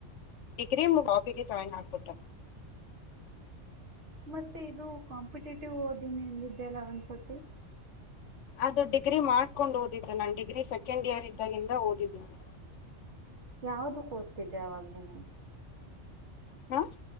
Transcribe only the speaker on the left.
ಈಗ್ರೀ ಮುಗಾಫಿಗೆ ಜಾಯಿನ್ ಆಗ್ಬಿಟೆ.
ಅದು ಡಿಗ್ರಿ ಮಾಡ್ಕೊಂಡ್ ಓದಿದ್ರು ನಾನ್ ಡಿಗ್ರಿ ಸೆಕೆಂಡ್ ಇಯರ್ ಇದ್ದಾಗಿಂದ ಓದಿದ್ ನಾನು.
ಹಾ